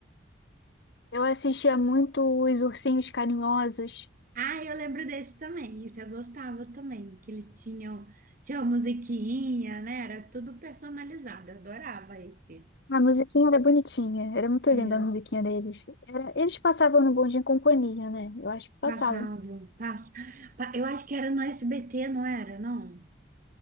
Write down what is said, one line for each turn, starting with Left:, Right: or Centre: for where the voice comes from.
Left: Eu assistia muito os Ursinhos Carinhosos.
Right: Ah, eu lembro desse também. Esse eu gostava também, que eles tinham, tinha uma musiquinha, né? Era tudo personalizado. Eu adorava esse.
Left: A musiquinha era bonitinha, era muito
Right: É,
Left: linda a musiquinha deles. Era, eles passavam no Bom Dia e Companhia, né? Eu acho que passavam.
Right: passavam, passa. pa- Eu acho que era no SBT, não era? Não.